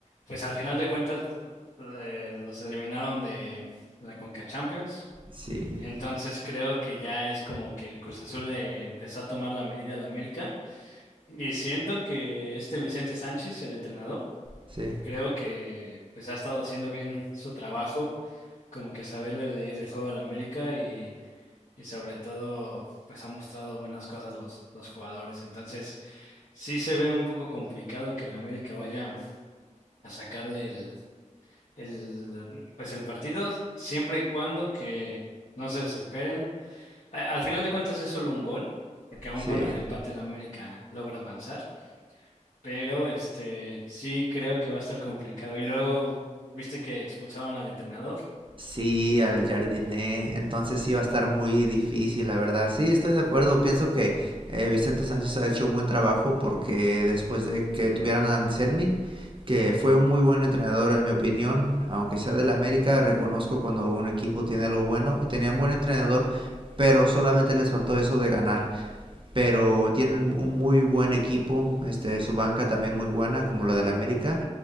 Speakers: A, on the left; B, on the right.
A: pues al final de cuentas eh, los eliminaron de la Conca Champions.
B: sí,
A: Entonces creo que ya es como que el Cruz Azul le empezó a tomar la medida al América. Y siento que este Vicente Sánchez, el entrenador,
B: sí,
A: creo que pues ha estado haciendo bien su trabajo, como que saberle leer el juego al América y, y sobre todo pues ha mostrado buenas cosas los, los jugadores. Entonces sí se ve un poco complicado que el América vaya a sacarle el, el pues el partido siempre y cuando que no se desesperen. A- al final de cuentas es solo un gol, porque aún
B: sí.
A: con el empate el América logra avanzar. Pero este sí creo que va a estar complicado. Y luego, viste que expulsaron al entrenador.
B: Sí, al jardiné. Entonces sí va a estar muy difícil, la verdad. Sí, estoy de acuerdo. Pienso que eh, Vicente Sánchez ha hecho un buen trabajo porque después de que tuvieran a Anselmi, que fue un muy buen entrenador en mi opinión, aunque sea del América, reconozco cuando un equipo tiene algo bueno y tenían buen entrenador, pero solamente les faltó eso de ganar pero tienen un muy buen equipo, este, su banca también muy buena, como la del América,